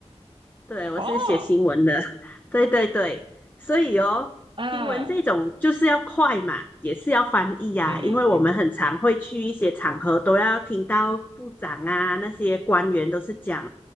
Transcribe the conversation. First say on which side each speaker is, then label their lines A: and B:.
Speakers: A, on the left; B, on the right.
A: 对，我是写新闻的，
B: 啊
A: <laughs> 对对对，所以哦，
B: 啊
A: 新闻这种就是要快嘛，也是要翻译啊，
B: 嗯嗯嗯
A: 因为我们很常会去一些场合都要听到部长啊那些官员都是讲